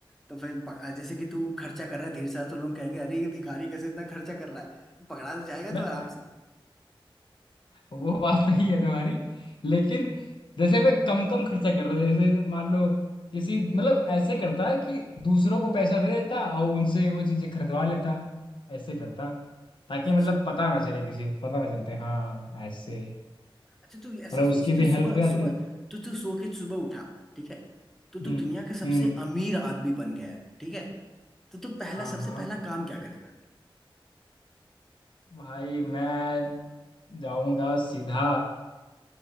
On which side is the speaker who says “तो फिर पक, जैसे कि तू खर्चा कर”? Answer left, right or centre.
Centre